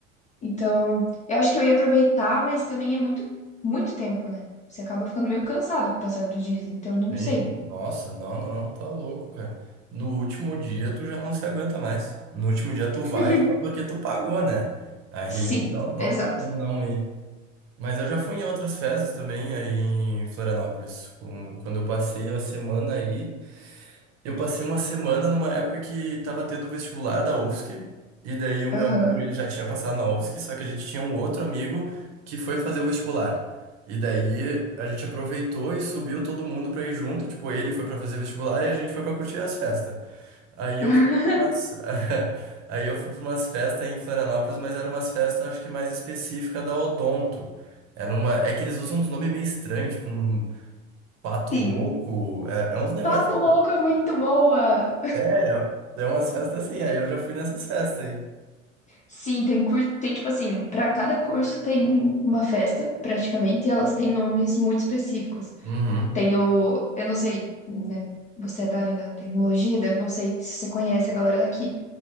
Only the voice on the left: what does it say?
Então, eu acho que eu ia aproveitar, mas também é muito, muito tempo, né? Você acaba ficando meio cansado com o passar dos dias, então não
sei.
<laughs>
Sim,
exato.
Aham.
<laughs>
Sim.
Pato Louco é muito boa!
Sim, tem curso, tem tipo assim, para cada curso tem uma festa, praticamente, e elas têm nomes muito específicos.
Tem o, eu não sei, né? Você é da área da tecnologia, daí eu não sei se você conhece a galera daqui,